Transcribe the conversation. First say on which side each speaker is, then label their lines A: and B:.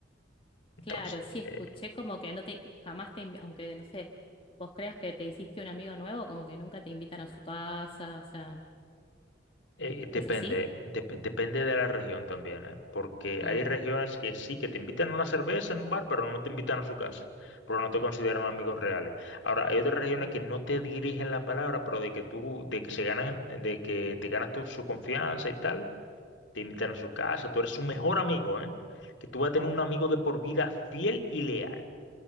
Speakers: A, on the left; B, on the left.
A: Entonces,
B: Claro, sí escuché
A: eh,
B: como que no te, jamás te, invi- aunque no sé, vos creas que te hiciste un amigo nuevo, como que nunca te invitan a su casa, o sea,
A: Eh, depende,
B: ¿es así?
A: dep- depende de la región también, ¿eh? Porque
B: Mm,
A: hay regiones que sí, que te invitan a una cerveza en un bar, pero no te invitan a su casa, porque no te consideran amigos reales. Ahora, hay otras regiones que no te dirigen la palabra, pero de que tú, de que se ganan, de que te ganas tú su confianza y tal, te invitan a su casa, tú eres su mejor amigo, ¿eh? Que tú vas a tener un amigo de por vida fiel y leal.